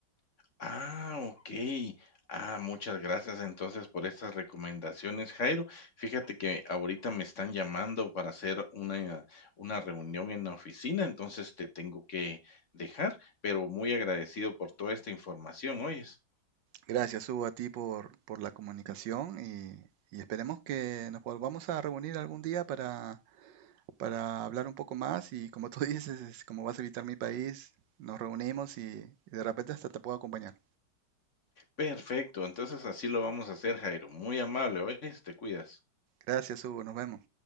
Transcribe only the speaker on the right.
Gracias, Hugo, a ti por, por la comunicación y, y esperemos que nos volvamos a reunir algún día para para hablar un poco más y como tú <laughs> dices, es como vas a visitar mi país, nos reunimos y, y de repente hasta te puedo acompañar.
Gracias, Hugo, nos vemos.